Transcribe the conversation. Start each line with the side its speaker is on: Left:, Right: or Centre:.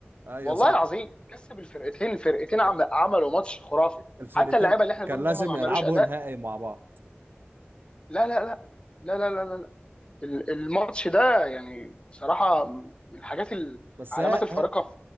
Right: ايوه
Left: والله
Right: صح
Left: العظيم كسب الفرقتين الفرقتين عم... عملوا ماتش خرافي
Right: الفرقتين
Left: حتى اللعيبه اللي احنا
Right: كان
Left: بنقول
Right: لازم
Left: ان هم ما عملوش
Right: يلعبوا
Left: اداء
Right: نهائي مع بعض
Left: لا لا لا لا لا لا, لا. لا. ال- الماتش ده يعني بصراحه من من الحاجات
Right: بس
Left: العلامات
Right: هي
Left: الفارقه